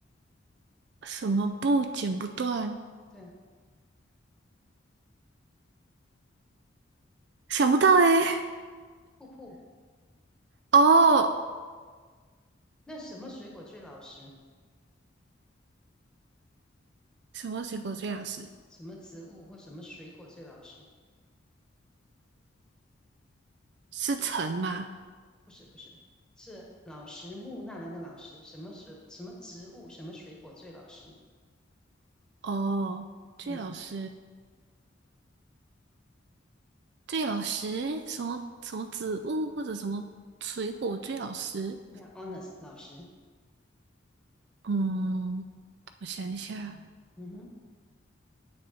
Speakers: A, on the right (about 60°); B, in the centre.
A: 什么布剪不断？
B: 对啊，
A: 想不到诶、
B: 瀑布。
A: 哦，
B: 那什么水果最老实？
A: 什么水果最老吃？
B: 什么植物或什么水果最老实？
A: 是橙吗？
B: 不是不是，是老实木那那个老实，什么水什么植物什么水果最老实？
A: 哦，最老吃，
B: 嗯
A: 最老吃，什么什么植物或者什么水果最老吃？
B: y e h o n e s t 老实，
A: 嗯，我想一下，
B: 嗯哼，